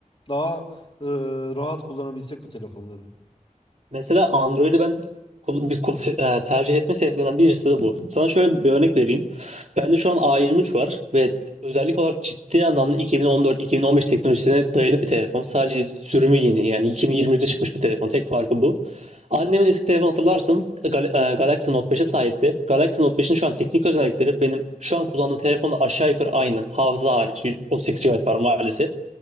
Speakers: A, on the left; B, on the right.
A: Daha e, rahat kullanabilsek bu telefonları.
B: Mesela Android'i ben kul- bir kul- se- e, tercih etme sebeplerinden birisi de bu. Sana şöyle bir örnek vereyim. Bende şu an A23 var ve özellik olarak ciddi anlamda 2014-2015 teknolojisine dayalı bir telefon. Sadece sürümü yeni yani 2020'de çıkmış bir telefon. Tek farkı bu. Annemin eski telefonu hatırlarsın e, Gal- e, Galaxy Note 5'e sahipti. Galaxy Note 5'in şu an teknik özellikleri benim şu an kullandığım telefonla aşağı yukarı aynı. Hafıza hariç 138 GB var maalesef.